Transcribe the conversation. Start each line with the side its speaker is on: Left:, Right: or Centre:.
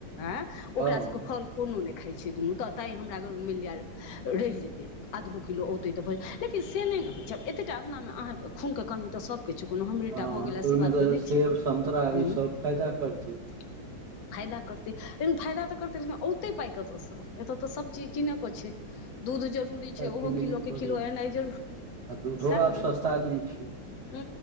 Left: अय ओकरा
Right: हँ
Left: सब कऽ फल कोनो ने खाई छै है दुनू तऽ तैँ हमरा घर मिल जै रहय जेतै आधो किलो औतै तऽ भजैत लेकिन से नै होइ छै एतेटा अँगना अहाँ कऽ।। खुन कऽ कमी सब कऽ छै कोनो हमरेटा
Right: हँ
Left: भऽ गेल
Right: ओहिमे
Left: से बात तऽ नै
Right: सेब
Left: छै। <unintelligible>
Right: संतरा ई सब फायदा करतै
Left: फायदा करत लेकिन फायदा तऽ करत लेकिन अऔते पाय कऽ तऽ स। एतय तऽ सभचीज किनैके छै। दूध जरूरी
Right: सएह
Left: छै ओहो
Right: किनैये
Left: किलो कऽ
Right: पड़ै
Left: किलो
Right: छै
Left: एनाइ जरू <inaudible>
Right: आ दूधो
Left: सएह
Right: आब
Left: न
Right: सस्ता नहि छै
Left: हु